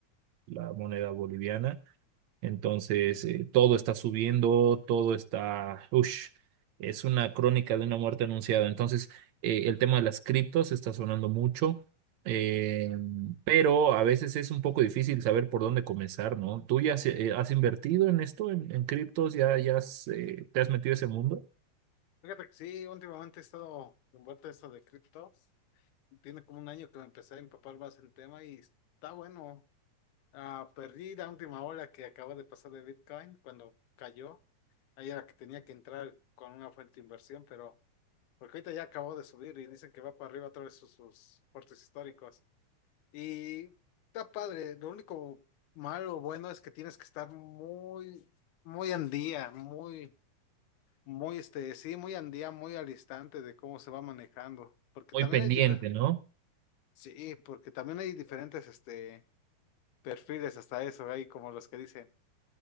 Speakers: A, on the right; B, on the left.
A: la moneda boliviana. Entonces, eh, todo está subiendo, todo está... Ush, es una crónica de una muerte anunciada. Entonces, eh, el tema de las criptos está sonando mucho, eh, pero a veces es un poco difícil saber por dónde comenzar, ¿no? ¿Tú ya has, eh, has invertido en esto, en, en criptos? ¿Ya, ya has, eh, te has metido a ese mundo?
B: Fíjate que sí, últimamente he estado envuelto en esto de criptos. Tiene como un año que me empecé a empapar más en tema y está bueno. Ah, perdí la última ola que acaba de pasar de Bitcoin cuando cayó. Ahí era que tenía que entrar con una fuente de inversión, pero porque ahorita ya acabó de subir y dicen que va para arriba otra vez sus, sus fuertes históricos. Y está padre. Lo único malo o bueno es que tienes que estar muy, muy en día, muy muy, este, sí, muy andía, muy al instante de cómo se va manejando, porque
A: Muy
B: también
A: pendiente,
B: hay diferentes,
A: ¿no?
B: sí, porque también hay diferentes, este, perfiles hasta eso, hay como los que dicen,